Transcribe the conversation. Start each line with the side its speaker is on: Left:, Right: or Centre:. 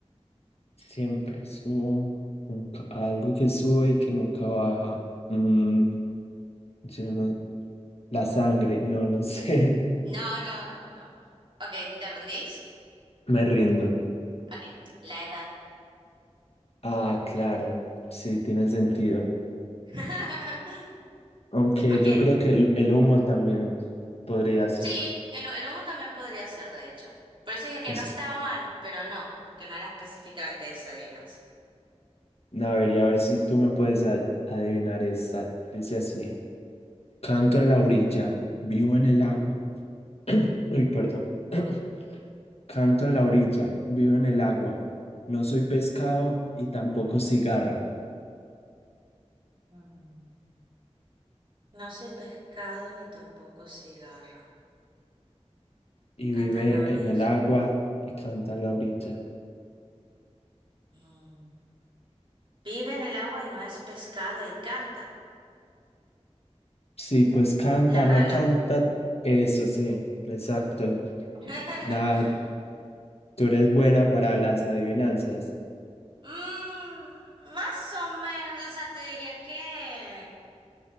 Left: siempre subo, nunca, algo que sube y que nunca baja. Mm, yo no- la sangre, no, no sé, <laughs>
Right: No, no, no, no. Ok, ¿te rendís?
Left: me rindo.
Right: Ok, la edad.
Left: Ah, claro, sí, tiene sentido.
Right: <laughs>
Left: Aunque
Right: Ok.
Left: yo creo que el, el humo también podría ser.
Right: Sí, el, el humo también podría ser, de hecho. Por eso dije que
Left: O
Right: no
Left: sea,
Right: estaba mal, pero no, porque no era específicamente esa adivinanza.
Left: a ver, y a ver si tú me puedes a- adivinar esta. Dice así, canto en la orilla, vivo en el agua. <coughs> <clears throat> Uy, perdón. <clears throat> Canto en la orilla, vivo en el agua. No soy pescado y tampoco cigarra.
Right: Mm. No sé pescado ni tampoco cigarro.
Left: Y
Right: Canta
Left: vive
Right: en la orilla.
Left: en el agua y canta en la orilla.
Right: Mm. Vive en el agua y no es pescado y canta.
Left: Sí, pues canta,
Right: La rana.
Left: no canta. Eso sí, exacto.
Right: <laughs>
Left: Nada, tú eres buena para las adivinanzas.
Right: Mm, más o menos, o sea, te diría que